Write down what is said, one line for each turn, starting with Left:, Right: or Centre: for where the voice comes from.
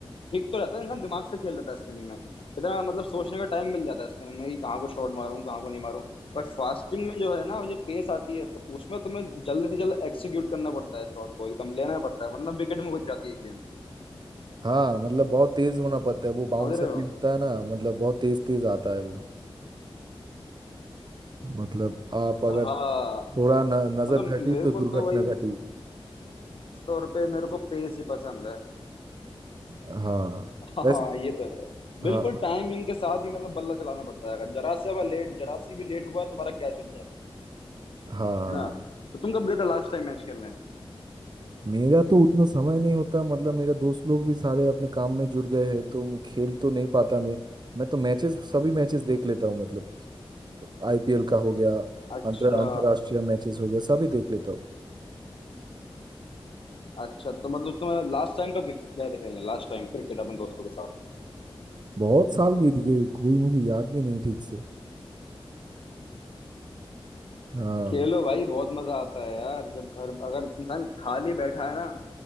Left: ठीक तो रहता है इंसान दिमाग से खेल लेता है स्पिनिंग में इतना मतलब सोचने का टाइम मिल जाता है स्पिनिंग में कि कहाँ को शॉट मारूं कहाँ को नहीं मारूं पर फास्टिंग में जो है ना ये पेस आती है तो उसमें तुम्हें जल्द से जल्द एक्सिक्यूट करना पड़ता है शॉट को एकदम लेना पड़ता है वरना विकेट में घुस जाती है गेम
Right: हाँ मतलब बहुत तेज होना पड़ता है वो बाउंसर
Left: समझ रहे हो
Right: भी होता है ना मतलब बहुत तेज तेज आता है वो मतलब आप अगर
Left: हाँ
Right: थोड़ा न, नजर
Left: मगर
Right: घटी
Left: मेरे
Right: तो
Left: को
Right: दुर्घटना
Left: तो वही
Right: घटी
Left: खास तौर पे मेरे को पेस ही पसंद है
Right: हाँ
Left: <laughs>
Right: वैसे
Left: हाँ ये तो है बिल्कुल
Right: हाँ
Left: टाइमिंग के साथ ही मतलब बल्ला चलाना पड़ता है अगर जरा सा लेट जरा सी भी लेट हुआ तुम्हारा कैच हो जाएगा
Right: हाँ
Left: है ना तो तुम कब गए थे लास्ट टाइम मैच खेलने
Right: मेरा तो उतना समय नहीं होता मतलब मेरे दोस्त लोग भी सारे अपने काम में जुड़ गए हैं तो मैं खेल तो नहीं पाता मैं मैं तो मैचेस सभी मैचेस देख लेता हूँ मतलब तो आईपीएल का हो गया
Left: अच्छा
Right: अंतर अंतरराष्ट्रीय मैचेस हो गया सभी देख लेता हूँ
Left: अच्छा तो मतलब तुम्हें लास्ट टाइम कब गए थे खेलने लास्ट टाइम क्रिकेट अपने दोस्तों के साथ
Right: बहुत साल बीत गए कोई मुझे याद भी नहीं ठीक से हाँ
Left: <laughs> खेलो भाई बहुत मजा आता है यार जब घर अगर इंसान खाली बैठा है ना